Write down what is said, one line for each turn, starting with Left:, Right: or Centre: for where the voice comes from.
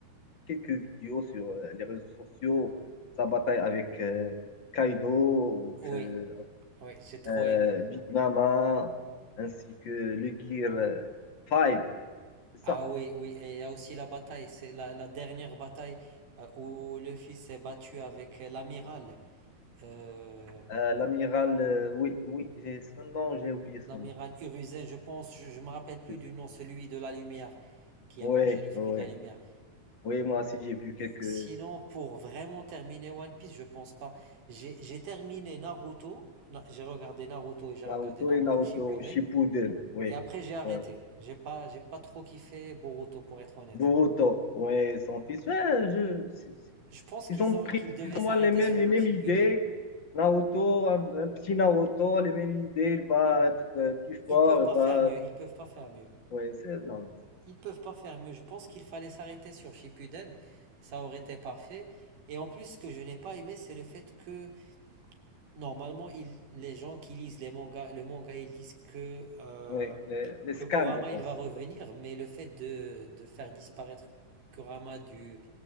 Left: quelques vidéos sur euh, les réseaux sociaux, sa bataille avec euh, Kaido,
Right: Oui,
Left: euh,
Right: oui, j'ai trop
Left: euh,
Right: aimé.
Left: Big Mama, ainsi que le Gear 5. C'est ça.
Right: Ah oui, oui, et il y a aussi la bataille, c'est la, la dernière bataille euh, où le fils s'est battu avec euh, l'amiral, euh,
Left: Euh, l'amiral, euh, oui, oui, j'ai son nom, j'ai oublié son
Right: l'amiral Hiruzen, je pense, je, je me rappelle plus
Left: nom.
Right: du nom, celui de la lumière, qui
Left: Oui,
Right: a mangé le fruit
Left: oui.
Right: de la lumière.
Left: Oui, moi aussi, j'ai vu quelques
Right: Sinon, pour vraiment terminer One Piece, je pense pas. J'ai j'ai terminé Naruto, Na- j'ai regardé Naruto et j'ai regardé
Left: Naruto
Right: Naruto
Left: et Naruto
Right: Shippuden,
Left: Shippuden. Oui,
Right: et après j'ai arrêté.
Left: oui.
Right: J'ai pas, j'ai pas trop kiffé Boruto pour être honnête.
Left: Boruto, oui, son fils. Ouais, je-
Right: Je pense qu'ils
Left: Ils ont
Right: ont,
Left: pris
Right: qu'ils devaient
Left: plus ou
Right: s'arrêter
Left: moins les mêmes,
Right: sur
Left: les mêmes
Right: Shippuden.
Left: idées. Naruto, un, un petit Naruto, les mêmes idées. Il va être euh, plus
Right: Ils
Left: fort.
Right: peuvent pas
Left: Il va...
Right: faire mieux, ils peuvent pas faire mieux.
Left: Oui, c'est... Non.
Right: Ils peuvent pas faire mieux. Je pense qu'il fallait s'arrêter sur Shippuden, ça aurait été parfait. Et en plus, ce que je n'ai pas aimé, c'est le fait que normalement, ils- les gens qui lisent les mangas, le manga, ils disent que euh,
Left: Oui, les, les
Right: que
Left: scans,
Right: Kurama
Left: je pense.
Right: il va revenir, mais le fait de, de faire disparaître Kurama du,